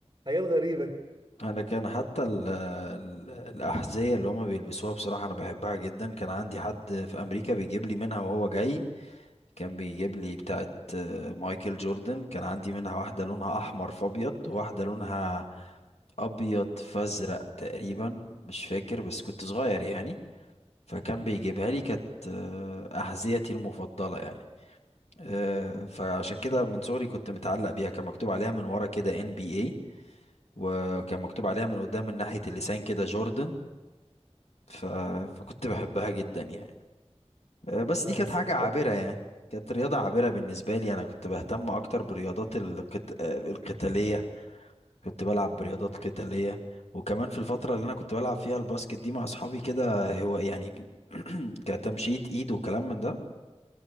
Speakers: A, on the right (about 45°); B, on the left (about 70°).
A: حاجات غريبة كده
B: انا كان حتى ال ال الاحذيه اللي هما بيلبسوها بصراحه انا بحبها جدا كان عندي حد في امريكا بيجيب لي منها وهو جاي كان بيجيب لي بتاعه آه، مايكل جوردن كان عندي منها واحده لونها احمر في ابيض واحده لونها ابيض فازرق تقريبا مش فاكر بس كنت صغير يعني فكان بيجيبها لي كانت آه، احذيتي المفضله يعني آه، فعشان كده من صغري كنت متعلق بيها كان مكتوب عليها من ورا كده ان بي اي وكان مكتوب عليها من قدام من ناحية اللسان كده جوردن ف... فكنت بحبها جدا يعني آه، بس
A: لا
B: دي كانت
A: بس
B: حاجة
A: بجد
B: عابرة يعني كانت رياضة عابرة بالنسبة لي أنا كنت بهتم أكتر برياضات القت... آه، القتالية كنت بلعب برياضات قتالية وكمان في الفترة اللي أنا كنت بلعب فيها الباسكت دي مع أصحابي كده هو يعني <clears throat> كتمشية إيد وكلام من ده